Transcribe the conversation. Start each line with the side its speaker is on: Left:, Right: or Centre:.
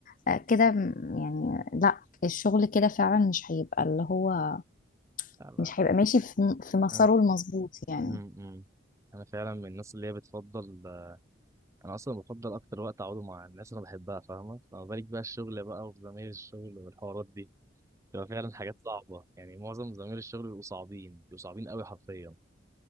Left: آه، كده م- يعني لا الشغل كده فعلا مش هيبقى اللي هو
Right: انا
Left: مش هيبقى ماشي في, في مساره
Right: انا
Left: المظبوط يعني
Right: مم، مم. انا فعلا من الناس اللي هي بتفضل آه، انا اصلا بفضل اكتر وقت اقعده مع الناس اللي انا بحبها فاهمه فما بالك بقى الشغل بقى وزمايل الشغل والحوارات دي بتبقى فعلا حاجات صعبه يعني معظم زمايل الشغل بيبقوا صعبين بيبقوا صعبين قوي حرفيا